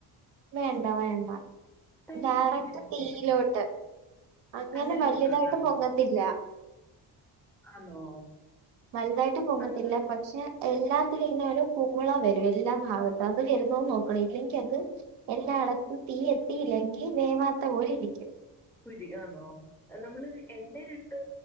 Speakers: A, on the right; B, in the centre.
A: വേണ്ട വേണ്ട.
B: തൈ
A: ഡയറക്റ്റ്
B: പൊങ്ങി വരൂല്ലേ
A: തീയിലോട്ട് അങ്ങനെ
B: കനലിലോട്ട്
A: വലുതായിട്ട്
B: വെക്കണം
A: പൊങ്ങത്തില്ല.
B: ആന്നോ.
A: വൽതായിട്ട് പൊങ്ങത്തില്ല
B: നമ്മള്
A: പക്ഷെ. എല്ലാത്തില് ങ്ങനെ ഒരു കുമള വരു എല്ലാ ഭാഗത്ത് അത് വരുന്നോ നോക്കണ ഇല്ലെങ്കി അത്. എല്ലായിടത്തും തീ എത്തിയില്ലെങ്കി വേവാത്ത പോലിരിക്ക്യും.
B: കുരി ആണോ അ നമ്മള് എണ്ണയിലിട്ട്